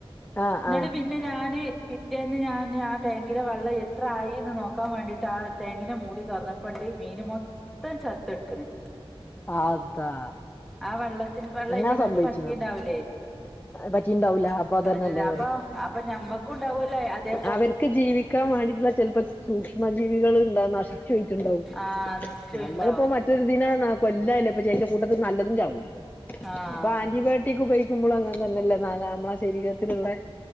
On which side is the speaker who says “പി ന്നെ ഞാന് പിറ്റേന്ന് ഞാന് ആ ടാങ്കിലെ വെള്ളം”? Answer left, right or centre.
Centre